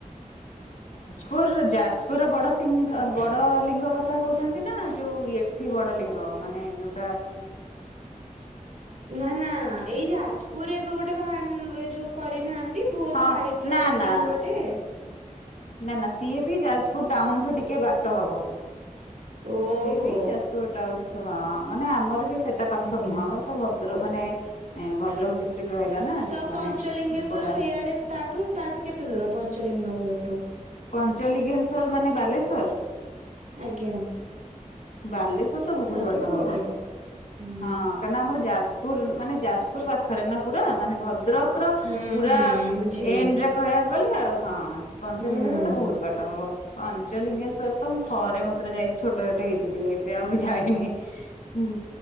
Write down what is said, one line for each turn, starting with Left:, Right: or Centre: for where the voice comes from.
Left: ପୁର ଯାଜପୁରର ବଡ଼ ସିଂ ବଡ଼ ଲିଙ୍ଗ କଥା କହୁଛନ୍ତି ନା ଯୋଉ ଇଏ ଠି ବଡ଼ ଲିଙ୍ଗ ମାନେ ଯୋଉ
Right: ନା ନା ଏଇ ଯାଜପୁରରେ ଏବେ ଗୋଟେ ଭାନ ଏ ଯୋଉ କରିନାହାନ୍ତି ବହୁତ
Left: ହଁ
Right: ହାଇଟ୍
Left: ନା
Right: ର ଗୋଟେ
Left: ନା
Right: ଲିଙ୍ଗ ଟେ
Left: ନା ନା ସିଏ ବି ଯାଜପୁର ଟାଉନଠୁ ଟିକେ ବାଟ ହବ।
Right: ଓହୋ
Left: ସିଏ ବି ଯାଜପୁର ଟାଉନ ହଁ ମାନେ ଆମର ବି ସେଟା ପାଖ
Right: ଆଜ୍ଞା।
Left: ନୁହଁ ଆମର ତ ଭଦ୍ରକ ମାନେ ଭଦ୍ରକ ଡିଷ୍ଟ୍ରିକ୍ଟ ରହିଲା ନା
Right: ତ
Left: ମାନେ
Right: ପଞ୍ଚଲିଙ୍ଗେଶ୍ଵର
Left: କଡ଼ା
Right: ସେଇଆଡେ ତାଠୁ ତାଠୁ କେତେ ଦୂର ପଞ୍ଚଲିଙ୍ଗେସ୍ୱର୍ ଠୁ?
Left: ପଞ୍ଚଲିଙ୍ଗେଶ୍ଵର ମାନେ ବାଲେଶ୍ୱର?
Right: ଆଜ୍ଞା।
Left: ବାଲେଶ୍ଵର ତ ବହୁତ
Right: ତାଠୁ
Left: ବାଟ ହବ।
Right: ଦୂର। ହୁଁ
Left: ହଁ କାହିଁକିନା ଆମର ଯାଜପୁର ମାନେ ଯାଜପୁର ପାଖରେ ନା ପୁରା ମାନେ ଭଦ୍ରକ ର
Right: ହୁଁ
Left: ପୁରା
Right: ହୁଁ ବୁଝିଲି
Left: ଏଣ୍ଡରେ କହିବାକୁ ଗଲେ ହଁ ପଞ୍ଚଲିଙ୍ଗେଶ୍ୱର
Right: ହୁଁ।
Left: ତ ବହୁତ ବା ଟ ହବ ପଞ୍ଚଲିଙ୍ଗେଶ୍ଵର ତ ମୁଁ ଥରେ ମାତ୍ର ଯାଇଛି ଛୋଟ ଛୋଟ ହେଇଥିଲି। ଏବେ ଆଉ ବି ଯାଇନି ହୁଁ